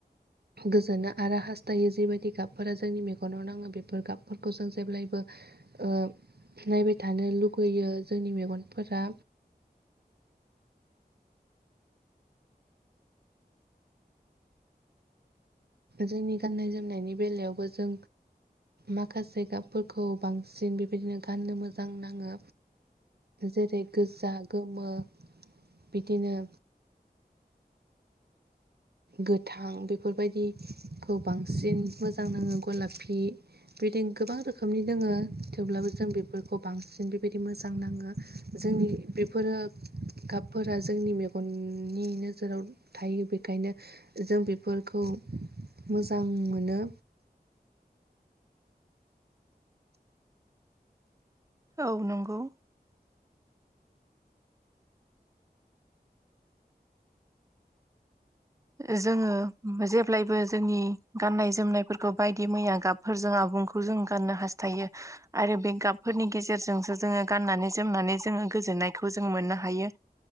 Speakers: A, on the right; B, on the right.
A: गोजोनो आरो हास्थायो जिबायदि गाबफोरा जोंनि मेगनाव नाङो बेफोर गाबफोरखौ जों जेब्लायबो। ओ। नायबाय थानो लुगैयो जोंनि मेगनफोरा। जोंनि गाननाय जोमनायनि बेलायावबो जों। माखासे गाबफोरखौ बांसिन बेबायदिनो गाननो मोजां नाङो। जेरै गोजा गोमो बिदिनो। गोथां बेफोरबायदिखौ बांसिन मोजां नाङो गलाफि बेदिनो गोबां रोखोमनि दोङो थेवब्लाबो जों बेफोरखौ बांसिन बेबायदि मोजां नाङो। जों जोंनि बेफोरो गाबफोरा जोंनि मेगननि नोजोराव थायो बे। ओंखायनो जों बेफोरखौ मोजां मोनो।
B: औ नोंगौ। ओ जोङो <unintelligible> जेब्लायबो जोंनि गाननाय जोमनायफोरखौ बायदि मैया गाबफोरजों आ <unintelligible> <unintelligible> खौ जों गाननो हास्थायो आरो बे गाबफोरनि गेजेरजोंसो जोङो गाननानैज जोमनानै जोङो गोजोन्नायखौ जों मोननो हायो।